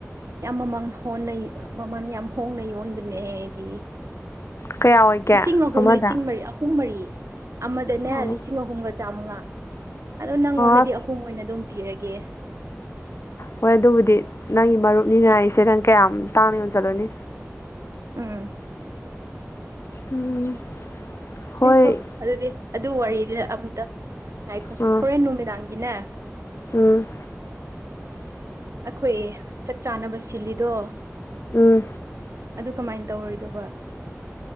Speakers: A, on the right; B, on the left.
A: ꯌꯥꯝ ꯃꯃꯥꯡ ꯍꯣꯟꯅ ꯃꯃꯜ ꯌꯥꯝ ꯍꯣꯡꯅ ꯌꯣꯟꯕꯅꯦ ꯍꯥꯏꯗꯤ
B: ꯀꯌꯥ ꯑꯣꯏꯒꯦ
A: ꯂꯤꯁꯤꯡ ꯑꯍꯨꯝ
B: ꯑꯃꯗ
A: ꯂꯤꯁꯤꯡ ꯃꯔꯤ ꯑꯍꯨꯝ ꯃꯔꯤ ꯑꯃꯗꯅꯦ
B: ꯑꯣ
A: ꯂꯤꯁꯤꯡ ꯑꯍꯨꯝꯒ ꯆꯥꯃꯉꯥ ꯑꯗꯣ ꯅꯪꯉꯣꯟꯗꯗꯤ
B: ꯑꯁ
A: ꯑꯍꯨꯝ ꯑꯣꯏꯅ ꯑꯗꯨꯝ ꯄꯤꯔꯒꯦ
B: ꯍꯣꯏ ꯑꯗꯨꯕꯨꯗꯤ ꯅꯪꯒꯤ ꯃꯔꯨꯞꯅꯤꯅ ꯑꯩꯁꯦ ꯅꯪ ꯀꯌꯥꯝ ꯇꯥꯡꯅ ꯌꯣꯟꯁꯤꯜꯂꯣꯏꯅꯤ
A: ꯑꯝ
B: ꯎꯝ ꯍꯣꯏ
A: ꯌꯥꯡꯈꯣ ꯑꯗꯨꯗꯤ ꯑꯗꯨ ꯋꯥꯔꯤꯗꯨ ꯑꯝꯇ ꯑꯥꯏꯈꯣ
B: ꯑꯥ
A: ꯍꯣꯔꯦꯟ ꯅꯨꯅꯨꯡꯃꯤꯗꯥꯒꯤꯅꯦ
B: ꯎꯝ
A: ꯑꯩꯈꯣꯏ ꯆꯥꯛ ꯆꯥꯅꯕ ꯁꯤꯜꯂꯤꯗꯣ
B: ꯎꯝ
A: ꯑꯗꯨ ꯀꯃꯥꯏꯅ ꯇꯧ ꯇꯧꯔꯣꯏꯗꯧꯕ